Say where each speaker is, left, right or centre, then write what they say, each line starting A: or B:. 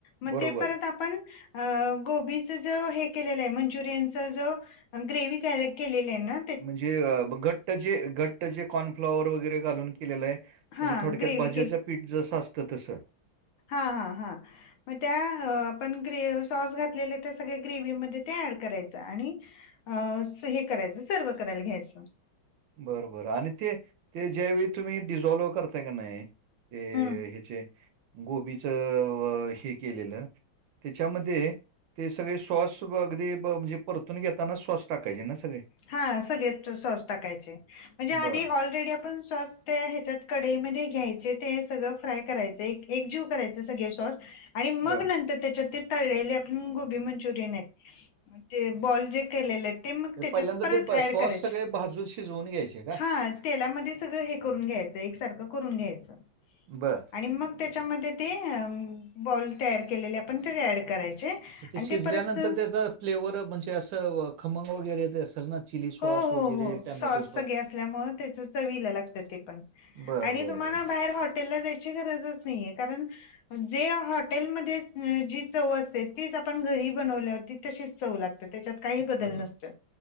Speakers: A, on the left; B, on the right.
A: मं
B: बरोबर.
A: ते परंत आपणं अ.. गोबीचं जो हे केलेलंय मंचुरियनच जो ग्रेव्ही केलं केलेलंय नां
B: म्हणजे घंट्ट जे घंट्ट जे कॉर्नफ्लाॉवर वगैरें घालूंन केलेलंय म्हंजे
A: हा
B: थोडक्यांत
A: ग्रेव्ही
B: भाज्यांचं पीठ जसं असतं तसं
A: हां हां हां मं त्यां आपणं ग्रेव् सॉस घातलेलं त्या सगळ्यां ग्रेवहीमध्यें ते ऍड करायचं आणि अं स हे करायचं सर्व करायंला घ्यायचं
B: बरं बरं आणि ते ते ज्यांवेळी तुम्हीं डिझॉल्व्ह करतांय की नांय ते
A: हम्म
B: हेचे गोबीचं हे केलेलं त्यां च्यांमध्यें ते सगळें सॉस अगदीं म्हणजे परतूंन घेतांना सॉस टाकायचे नां सगळें
A: हा सगळेच सॉस टाकायचे, म्हणजे आधी
B: बर
A: ऑलरेडी आपण सॉस त्या हेच्यात कडईमध्ये घ्यायचे, ते सगळं फ्राय करायच, एक जीव करायचे सगळे सॉस आणि मग
B: बर
A: नंतर त्याच्यात ते तळलेले आपण गोबी मंचुरियन आहेत, ते बॉल जे केलेलेत ते मग
B: हे
A: तेच्यात
B: पहिल्यांदा
A: परत
B: ते प-
A: ॲड
B: सॉस
A: करायचे.
B: सगळे भाजून शिजवून घ्यायचे. का
A: हा, तेलामध्ये सगळं हे करून घ्यायचं, एकसारखं करून घ्यायचं.
B: बर.
A: आणि मग तेच्यामध्ये ते बॉल तयार केलेले आपण तरी ऍड करायचे.
B: ते
A: आणि
B: शिजल्यानंतर
A: परत
B: त्याचा फ्लेवर म्हणजे, असं खमंग वगैरे येत असेल ना? चिली सॉस
A: हो हो
B: वगैरे
A: हो,
B: टॅमॅटो
A: सॉस सगळे असल्यामुळं, त्याच चवीला लागत ते पण
B: बर
A: आणि
B: बर
A: तुम्हाला
B: बर
A: बाहेर हॉटेलला जायची गरजच नाहीये, कारण जे हॉटेलमध्ये जी चव असते, तीच आपण घरी बनवल्यावर ती तशीच चव लागते. तच्यात काही बदल
B: बर बर.
A: नसतो.